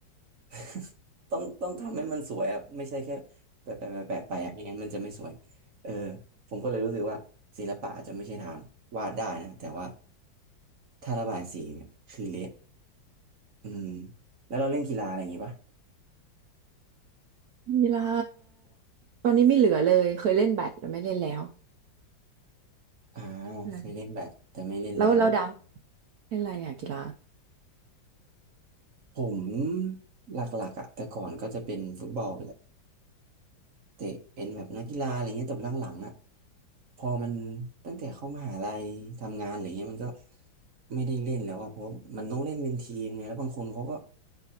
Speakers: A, on the right; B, on the right.
A: <laughs> ต้องต้องทำให้มันสวยอะไม่ใช่แค่แปะแปะแปะแปะไปอะไม่งั้นมันจะไม่สวยเออผมก็เลยรู้สึกว่าศิลปะอาจจะไม่ใช่ทางวาดได้นะแต่ว่าถ้าระบายสีเนี่ยคือเละ อืมแล้วเราเล่นกีฬาอะไรอย่างงี้ปะ
B: กีฬาตอนนี้ไม่เหลือเลยเคยเล่นแบดแต่ไม่เล่นแล้ว
A: อ่า
B: ใช่
A: เคยเล่นแบดแต่ไม่เล่นแล้ว
B: แล้วเราดำเล่นอะไรอ่ะกีฬา
A: ผมหลักๆอ่ะแต่ก่อนก็จะเป็นฟุตบอลแหละเตะเป็นแบบนักกีฬาอะไรเงี้ยแต่หลังๆอ่ะพอมันตั้งแต่เข้ามหาลัยทำงานอะไรเงี้ยมันก็ไม่ได้เล่นแล้วอ่ะเพราะมันต้องเล่นเป็นทีมไงแล้วบางคนเขาก็